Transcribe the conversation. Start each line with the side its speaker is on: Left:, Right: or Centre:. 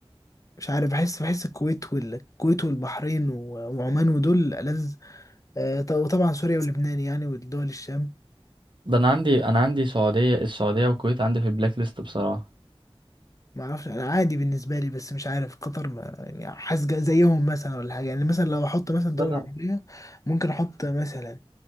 Left: مش عارف بحس بحس الكويت والكويت والبحرين و- وعمان ودول ألذ آه، ط- وطبعا سوريا ولبنان يعني ودول الشام
Right: ده انا عندي انا عندي سعودية السعودية والكويت عندي في البلاك ليست بصراحة
Left: ما اعرفش انا عادي بالنسبه لي بس مش عارف قطر ما- يعني حاسس جا- زيهم مثلا ولا حاجه يعني مثلا لو احط مثلا دول
Right: لا لا
Left: عربيه ممكن احط مثلا